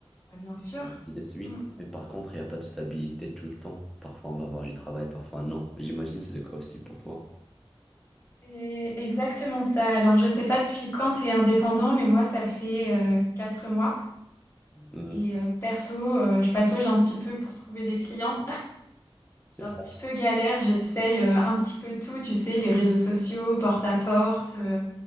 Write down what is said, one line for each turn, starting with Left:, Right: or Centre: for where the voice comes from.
Left: bah, bien sûr.
Centre: et ainsi de suite.
Left: Mm.
Centre: Mais par contre, il n'y a pas de stabilité tout le temps. Parfois, on va avoir du travail, parfois non. J'imagine que c'est le cas aussi pour toi.
Left: C'est exactement ça. Alors, je sais pas depuis quand tu es indépendant, mais moi, ça fait euh, quatre mois.
Centre: Hmm,
Left: Et euh, perso, euh, je patauge un petit peu pour trouver des clients.
Centre: C'est
Left: C'est un
Centre: ça.
Left: petit peu galère, j'essaye euh, un petit peu tout, tu sais, les réseaux sociaux, porte à porte, euh,